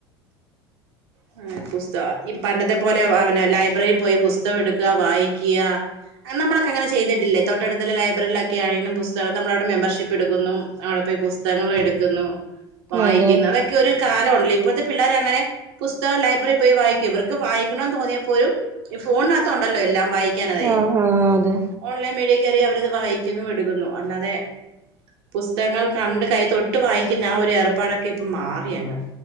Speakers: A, on the right; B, on the right.
A: ആ പുസ്തകം ഈ പണ്ടത്തെ പോലെ അവനെ ലൈബ്രറി പോയി പുസ്തകം എടുക്ക വായിക്യാ നമ്മളൊക്കെ അങ്ങന ചെയ്തിട്ടില്ലെ തൊട്ടടുത്തുള്ള ലൈബ്രറിയിലൊക്കെ അറിയ്ണ പുസ്തകം നമ്മളവിടെ മെമ്പർഷിപ്പ് ട്ക്കുന്നു അവിടെ പോയി പുസ് തകങ്ങൾ എടുക്കുന്നു വായിക്കുന്നു
B: അതെ
A: അതൊക്കെ ഒരു കാലല്ലോ ഇപ്പോഴത്തെ പിള്ളാര് അങ്ങനെ പുസ്തകം ലൈബ്രറിയിൽ പോയി വായിക്കും ഇവർക്ക് വായിക്കണന്ന് തോന്നിയാപ്പോലും ഫോണിനകത്തം ഉണ്ടല്ലോ എല്ലാം വായി ക്ക്യാണതേ
B: ആഹ് ആഹ് അതെ
A: ഓൺലൈൻ മേഡിയ കയറി അവരത് വായിക്കുന്നു എടുക്കുന്നു അല്ലാതെ പുസ്തകങ്ങൾ കണ്ട് കൈ തൊട്ട് വായിക്കുന്ന ആ ഒരു ഏർപ്പാടൊക്കെ ഇപ്പം മാറി അങ്ങ്